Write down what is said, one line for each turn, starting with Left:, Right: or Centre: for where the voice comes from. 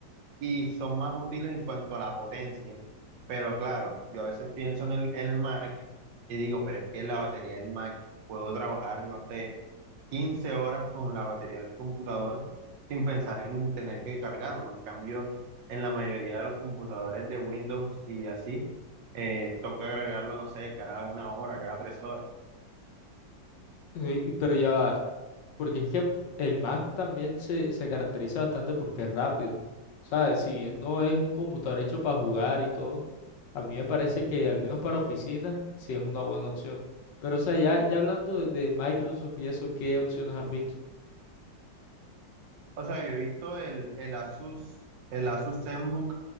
Right: y son más útiles en cuanto a la potencia. Pero claro, yo a veces pienso en el, el Mac y digo, pero es que la batería del Mac puedo trabajar, no sé, 15 horas con la batería del computador sin pensar en tener que cargarlo. En cambio, en la mayoría de los computadores de Windows y así, eh, toca agregarlo, no sé, cada una hora, cada tres horas.
Left: Eh, Pero ya va, Porque es que el Mac también se, se caracteriza bastante porque es rápido. ¿Sabes? Si bien no es un computador hecho para jugar y todo, a mí me parece que al menos para oficinas sí es una buena opción. Pero, o sea, ya, ya hablando de, de Microsoft y eso, ¿qué opciones has visto?
Right: O sea, yo he visto el, el Asus, el Asus ZenBook,